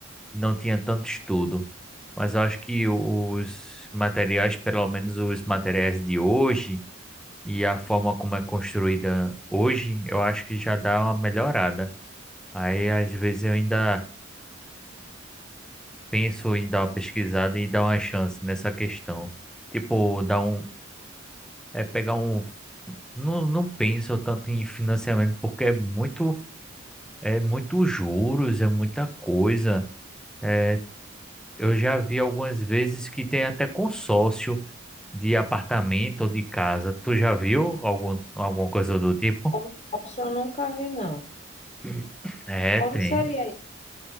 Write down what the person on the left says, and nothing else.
Como se fosse, eu nunca vi, não.
Como
seria